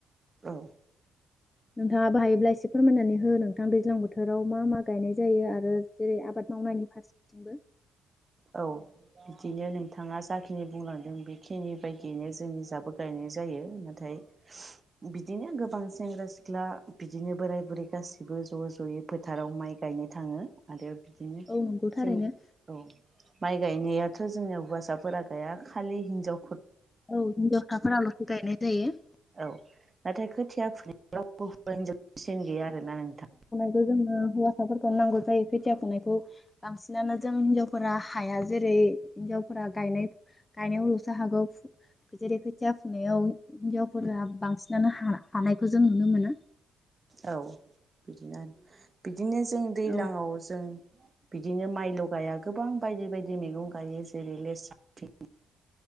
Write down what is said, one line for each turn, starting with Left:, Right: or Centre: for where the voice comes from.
Right: औ
Left: नोंथाङा बाहायोब्ला एसे फोरमायनानै हो नोंथां दैज्लां बोथोराव मा मा गायनाय जायो आरो जेरै आबाद मावनायनि फारसेथिंबो
Right: औ बिदिनो नों थाङा जाखिनि बुंलांदों बेखिनि बायदियैनो जोंनि जाबो गायनाय जायो नाथाय बिदिनो गोबां सेंग्रा- सिख्ला बिदिनो बोराय-बुरै गासैबो ज' ज'यै फोथाराव माइ गायनो थाङो आरो। बिदिनो
Left: औ नंगौ थारैनो
Right: जों औ माइ गायनायाथ' जोंनिया हौवासाफोरा गैया खालि हिनजाव
Left: औ हिन्जावसाफोराल'सो गायनाय जायो।
Right: औ नाथाय खोथिया फुनाय रावबो होवा हिनजाव बेसेन गैया आरोना नोंथां
Left: खौ जोंङनो हौवासाफोरखौनो नांगौ जायो। खोथिया फुनायखौ बांसिनानो जों हिनजावफोरा हाया जेरै हिन्जावफोरा गायनाय गायनायावल'सो हागौ जेरै खोथिया फुनायाव हिनजावफोरा बांसिनानो हा-हानायखौ जों नुनो मोना।
Right: औ बिदिनो आरो बिद बिदिनो जों दैज्लाङाव
Left: औ
Right: जों बिदिनो माइल' गाया गोबां बायदि बायदि मैगं गायो जेरै लेस्रा भेन्दि,